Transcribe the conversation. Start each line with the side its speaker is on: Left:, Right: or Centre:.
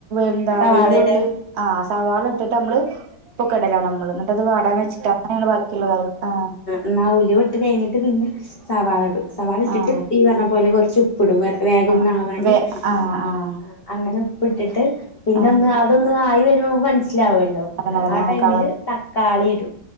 Right: എന്താ
Left: സവാള
Right: വല്യുള്ളി
Left: ഇടാ
Right: ആഹ് സവാള. ട്ടിട്ട് മ്മള് ഉപ്പൊക്ക ഇടലാണ് അമ്മള് എന്നിട്ടത് വാടാൻ വച്ചിട്ട് അങ്ങനെയാണ് ബാക്കിയുള്ള കാര്യൾ ആ.
Left: എന്ന ഉലുവട്ട് കഴിഞ്ഞിട്ട് പിന്നെ സവാളടും. സവാള ഇട്ടിട്ട്
Right: ആഹ്
Left: ഈ പറഞ്ഞ പോലെ കുറച്ച് ഉപ്പിടും വേഗം
Right: ആഹ്
Left: ഒന്ന ആവാന്
Right: വേ ആഹ്
Left: ആ,
Right: ആഹ്
Left: ആ അങ്ങനെ ഉപ്പ്ട്ടിട്ട് പിന്നെ
Right: ആഹ്
Left: ഒന്ന് അതൊന്ന് ആയി വരുമ്പോ നമുക്ക് മനസ്സിലാവല്ലോ.
Right: അതന്നെ അതന്നെ
Left: ആ
Right: ആഹ്
Left: ടൈമില്
Right: കളർ
Left: തക്കാളി ഇടും.